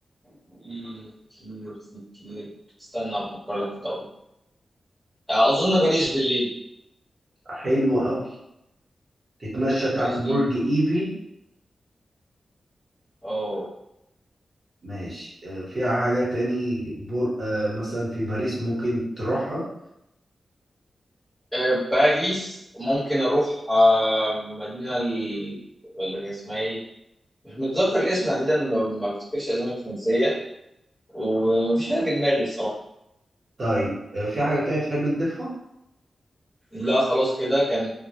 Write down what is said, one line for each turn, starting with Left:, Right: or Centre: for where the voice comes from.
Centre: في كتير في كتير استنى افكر لك في دوله آه، اظن باريس بالليل
Right: حلوة قوي تتمشى تحت
Centre: باريس بال
Right: برج ايفل
Centre: اه
Right: ماشي آه، فيها حاجة تاني بر... آه، مثلا في باريس ممكن تروحها
Centre: آه، باريس ممكن اروح آه، مدينه ال- اللي اسمها ايه مش متذكر الاسم تحديدا ما ما بفتكرش اسامي فرنسيه ومفيش حاجه في دماغي الصراحه
Right: طيب آه، في حاجة تانية تحب تضيفها
Centre: لا خلاص كده كان